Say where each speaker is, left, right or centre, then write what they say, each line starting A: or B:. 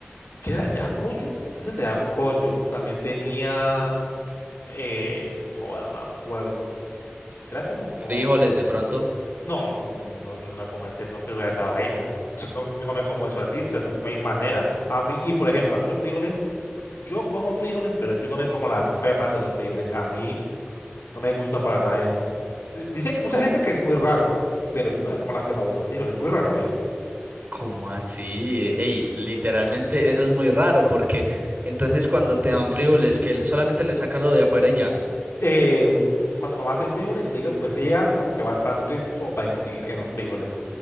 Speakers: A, on the left; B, on the right.
A: ¿qué era? ¿Era pollo? Creo que traía pollo. También tenía, eh, joder, no me acuerdo. Era como con,
B: Frijoles de pronto.
A: no, no, no, no, no, yo no le puedo meter una fibra a esa vaina. <laughs> Yo no, yo no me como eso así, o sea, no, no hay manera. A mí, y por ejemplo, a mí los frijoles, yo como frijoles, pero yo no me como las pepas de los frijoles. A mí no me gusta para nada eso. Eh, Dicen que mucha
B: ¿Cómo,
A: gente que es muy raro, pero yo no me como las pepas de los frijoles, muy rara vez.
B: cómo así? Ey, literalmente eso es muy raro porque entonces cuando te dan frijoles que le- solamente le sacas lo de afuera y ya.
A: Eh, cuando mi mamá hace frijoles, yo le digo, pues ella hace como que bastante sopa en sí, en los frijoles.